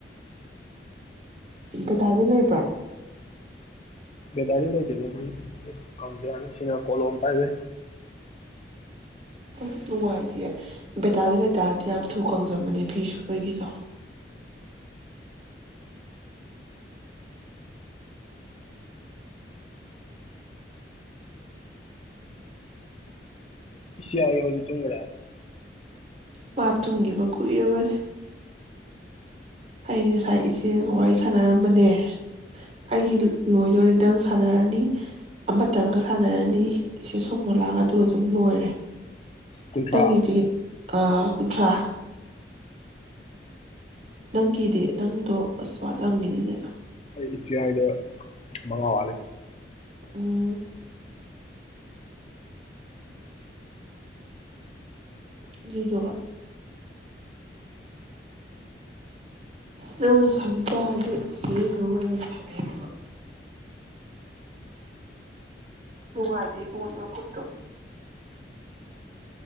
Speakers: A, on the right; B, on the left.
A: ꯗꯇꯥꯗꯤ ꯂꯩꯕ꯭ꯔꯥ
B: ꯦꯗꯥꯔꯤ ꯂ ꯀꯦꯗ ꯀꯁꯤꯅꯤ ꯁꯤ ꯀꯣꯂꯣꯝ ꯄꯥꯏꯕ
A: ꯑꯁ ꯅꯨꯡꯉꯥꯏꯇꯌꯦ ꯕꯦꯇꯥꯂꯤꯟ ꯂꯩꯇꯥꯔꯗꯤ ꯌꯥꯝ ꯊꯨ ꯀꯪꯖꯕꯅꯦ ꯐꯤ ꯁꯨꯕꯒꯤꯗꯣ
B: ꯁꯤꯒꯤ ꯑꯣꯏꯅꯤ ꯇꯨꯒ
A: ꯃꯥ ꯇꯨꯡꯤꯕ ꯀꯨꯏꯔꯕꯅꯦ ꯑꯩꯗꯤ ꯉꯁꯥꯏ ꯏꯆꯦꯒ ꯋꯥꯔꯤ ꯁꯥꯟꯅꯔꯝꯕꯅꯦ ꯑꯩꯒꯤ ꯂꯣꯏꯗꯣꯔꯦ ꯅꯪ ꯁꯥꯟꯅꯔꯅꯤ ꯑꯃꯇꯪꯒ ꯁꯥꯟꯅꯔꯅꯤ ꯏꯆꯦ ꯁꯣ ꯃꯣ ꯂꯥꯡ ꯑꯗꯨ ꯑꯗꯨꯝ ꯂꯣꯏꯔꯦ
B: ꯀꯨꯟꯊ꯭ꯔꯥ
A: ꯇꯪꯉꯗꯤꯦ ꯑ ꯀꯨꯟꯊ꯭ꯔꯥ ꯅꯪꯒꯤꯗꯤ ꯅꯪꯗꯣ ꯑꯁꯋꯥꯠ ꯂꯪꯉꯤꯅꯤꯅꯦꯅ
B: ꯑꯩ ꯏꯆꯦ ꯑꯏꯗ ꯃꯉꯥ ꯋꯥꯂꯦ
A: ꯎꯝ ꯑꯗꯨꯗꯨ ꯅꯪ ꯁꯪꯖꯔꯗꯤ ꯏꯆꯦ ꯅꯅ ꯁꯪꯉ ꯍꯥꯏꯕ ꯅꯨꯡꯉꯥꯏꯇꯦ ꯏꯕꯣꯟꯅ ꯈꯨꯠꯇꯣ